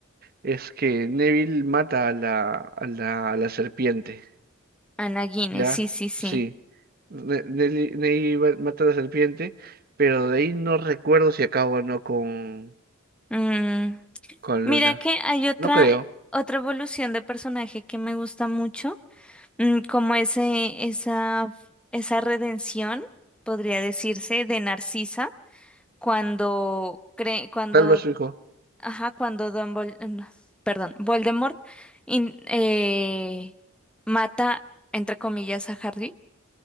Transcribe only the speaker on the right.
es que Neville mata a la, a la, a la serpiente,
¿ya?
Sí. Ne- Nelly- Neville mata a la serpiente, pero de ahí no recuerdo si acaba o no con,
con
Luna.
No creo.
Tal vez su hijo.